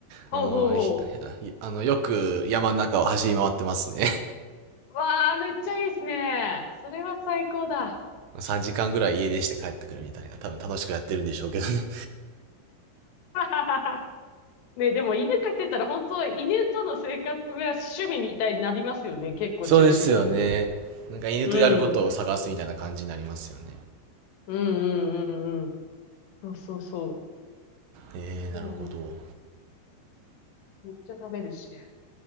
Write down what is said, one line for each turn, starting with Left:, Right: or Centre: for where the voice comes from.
Right: あの、
Left: ほうほうほ
Right: ひあの、よく山の中を走り回ってますね。
Left: う。わあ、めっちゃいいですね。それは最高だ。
Right: <laughs> 3時間ぐらい家出して帰ってくるみたいな、多分楽しくやってるんでしょうけどね。
Left: <laughs> ねえ、でも犬飼ってたら本当、犬との生活が趣味みたいになりますよね。
Right: <laughs>
Left: 結構中心になって。
Right: そうですよね。なんか犬とやることを探すみたいな感じになりますよね。
Left: うん。うんうんうんうん。そうそうそ
Right: えー、なるほど。
Left: う。もうね、めっちゃ食べるし。